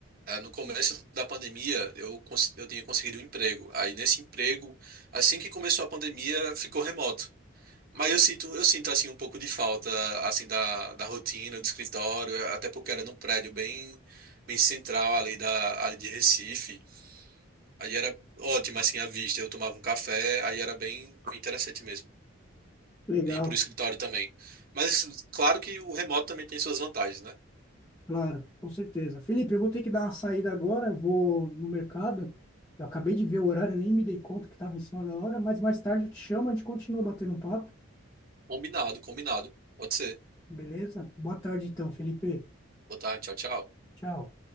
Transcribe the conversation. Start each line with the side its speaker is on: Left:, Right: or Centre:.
Right: a- no começo da pandemia eu, cons- eu tinha conseguido um emprego. Aí nesse emprego, assim que começou a pandemia, ficou remoto. Mas eu sinto, eu sinto assim um pouco de falta assim da, da rotina, do escritório, até porque era num prédio bem bem central ali da ali de Recife. Aí era ótimo assim a vista, eu tomava um café, aí era bem bem interessante mesmo.
Left: Legal,
Right: E pro escritório também. Mas assim, claro que o remoto também tem suas vantagens, né?
Left: claro, com certeza. Felipe, eu vou ter que dar uma saída agora, eu vou no mercado. Eu acabei de ver o horário, nem me dei conta que estava em cima da hora, mas mais tarde eu te chamo, a gente continua batendo um papo,
Right: Combinado, combinado. Pode ser.
Left: beleza? Boa tarde então, Felipe.
Right: Boa tarde, tchau, tchau.
Left: Tchau.